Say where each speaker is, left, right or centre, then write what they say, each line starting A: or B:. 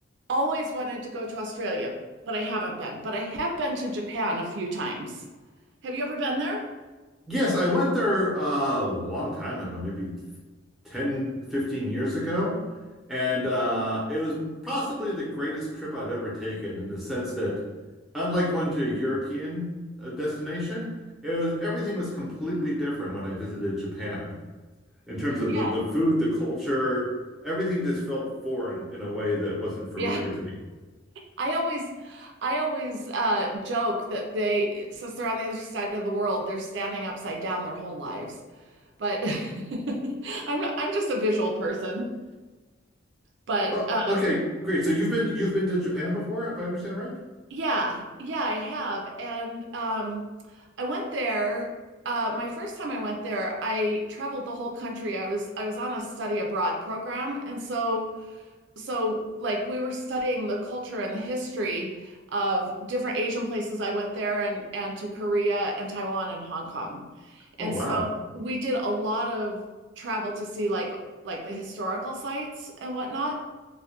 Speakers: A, on the right; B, in the centre.
A: always wanted to go to Australia, but I haven't been. But I have been to Japan a few times. Have you ever been there?
B: Yes, I went there uh, a long time ago, maybe 10, 15 years ago. And uh, it was possibly the greatest trip I've ever taken in the sense that, unlike going to a European uh, destination, it was everything was completely different when I visited Japan in terms of
A: Yeah,
B: the, the food, the culture, everything just felt foreign in a way that wasn't familiar
A: yeah.
B: to me.
A: I always, I always uh, joke that they, since they're on the other side of the world, they're standing upside down their whole lives. But <laughs> I'm I'm just a visual person. But
B: Oh,
A: um,
B: okay, great. So you've been you've been to Japan before, if I understand right?
A: Yeah, yeah, I have. And um, I went there uh, my first time I went there, I traveled the whole country. I was I was on a study abroad program, and so so like we were studying the culture and the history of different Asian places. I went there and and to Korea and Taiwan and Hong Kong. And
B: Oh, wow.
A: so we did a lot of travel to see like like the historical sites and whatnot.